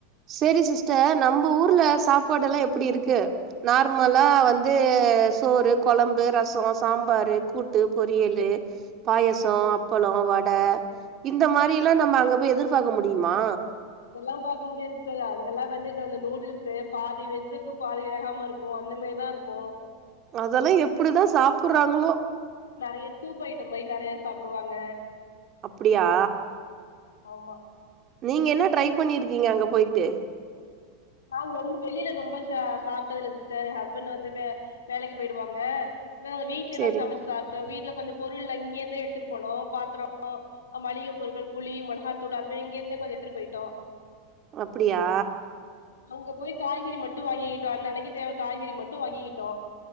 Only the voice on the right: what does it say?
சேரி சிஸ்டர் நம்ப ஊர்ல சாப்பாடெல்லா எப்டி இருக்கு நார்மலா வந்து சோறு கொழம்பு ரச சாம்பாரு கூட்டு பொரியலு பாயசோ அப்பள வட இந்த மாரியெல்லா நம்ம அங்க போய் எதிர்பாக்க முடியுமா
அதெல்லா எப்டிதா சாப்புட்றாங்களோ
அப்டியா
நீங்க என்ன ட்ரை பண்ணிருக்கீங்க அங்க போயிட்டு
சேரி
அப்டியா